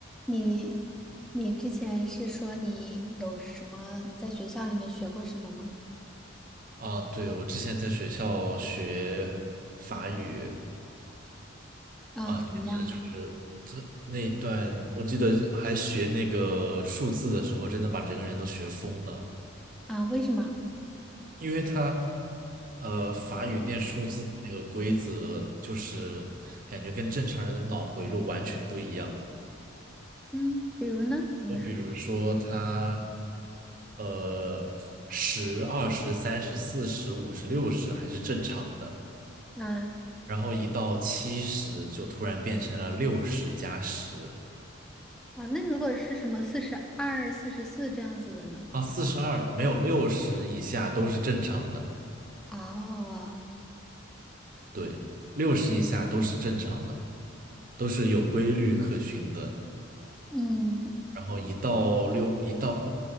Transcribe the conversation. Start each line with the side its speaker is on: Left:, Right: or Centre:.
Centre: 你你之前是说你有什么在学校里面学过什么吗？
Right: 啊，对，我之前在学校学法语
Centre: 啊，
Right: 啊，
Centre: 怎么样？
Right: 简直就是这那一段，我记得还学那个数字的时候，真的把整个人都学疯了，
Centre: 啊，为什么？
Right: 因为他呃，法语念数字的那个规则，就是感觉跟正常人的脑回路完全不一样。
Centre: 嗯，比如呢？怎么说？
Right: 就比如说他呃，十、二十、三十、四十、五十、六十还是正常的。
Centre: 啊
Right: 然后一到七十就突然变成了六十加十
Centre: 啊，那如果是什么四十二、四十四这样子的呢？
Right: 啊，四十二没有六十以下都是正常的，
Centre: 哦，
Right: 对，六十以下都是正常的，都是有规律可循的。
Centre: 嗯，
Right: 然后一到六一到